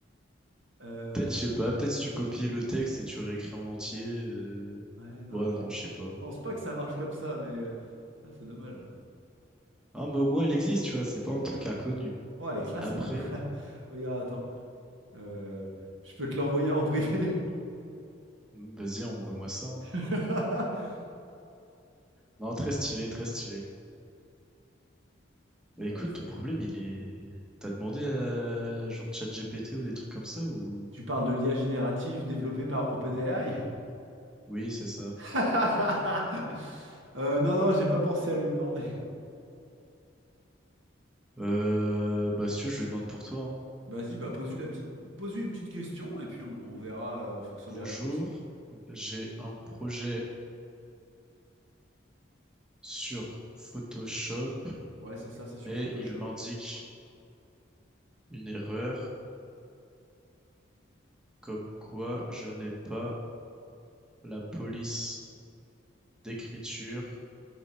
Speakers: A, on the right; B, in the centre.
A: Euh,
B: Peut-être, je sais pas. Peut-être si tu copies le texte et tu réécris en entier. euh.
A: Ouais, non,
B: Ouais,
A: je
B: non,
A: je
B: je sais pas.
A: pense pas que ça marche comme ça, mais euh, ah, c'est dommage.
B: Hein, mais au moins, elle existe, tu vois. C'est pas un truc inconnu.
A: Oh, elle est classe
B: Après,
A: même. <laughs> Regarde, attends. Euh, je peux te l'envoyer en privé.
B: hmm, vas-y, envoie-moi ça. hein.
A: <laughs>
B: Non, très stylé, très stylé. Bah
A: Ça,
B: écoute,
A: ça
B: ton
A: a
B: problème,
A: du flow.
B: il est... T'as demandé à genre ChatGPT ou des trucs comme ça ou...
A: Tu parles de l'IA générative développée par OpenAI?
B: Oui, c'est ça.
A: <laughs> Euh, non, non, j'ai pas pensé à lui demander.
B: Euh... Bah si tu veux, je lui demande pour toi. hein.
A: Vas-y, bah pose-lui la petite... pose-lui une petite question et puis on, on verra euh, en fonction
B: Bonjour,
A: des réponses.
B: j'ai un projet sur Photoshop
A: Ouais, c'est ça, c'est sur
B: et
A: Photoshop.
B: il m'indique une erreur comme quoi je n'ai pas la police d'écriture